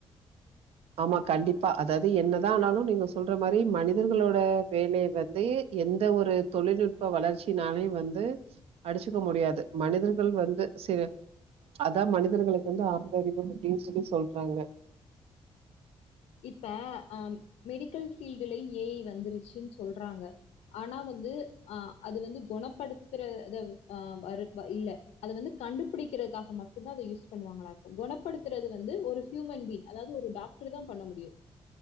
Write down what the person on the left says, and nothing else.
இப்ப அ மெடிக்கல் ஃபீல்டுல ஏ ஐ வந்துருச்சுன் சொல்றாங்க ஆனா வந்து ஆ அது வந்து கொணப்படுத்துற இத ஆ வருத் வ இல்ல அத வந்து கண்டுபிடிக்கிறதுக்காக மட்டுதா அத யூஸ் பண்ணுவாங்களா இருக்கு குணப்படுத்றது வந்து ஒரு க்யூமென் பீன் அதாவ்து ஒரு டாக்ட்ரு தா பண்ண முடியு